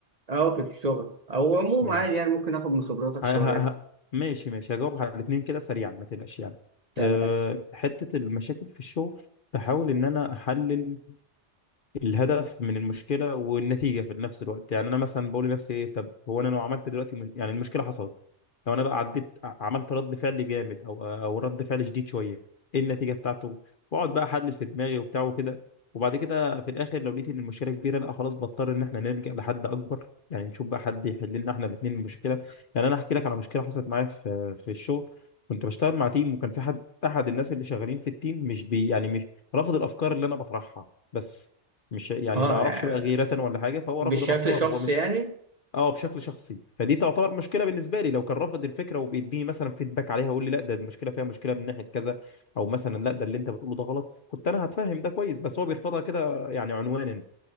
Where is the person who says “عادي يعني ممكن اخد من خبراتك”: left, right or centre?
Right